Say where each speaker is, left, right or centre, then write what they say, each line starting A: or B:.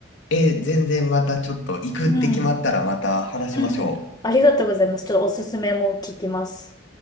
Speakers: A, on the left (about 70°); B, on the left (about 20°).
A: え、全然またちょっと行くって決まったらまた話しましょう。
B: うん。うん。ありがとうございます。ちょっとおすすめも聞きます。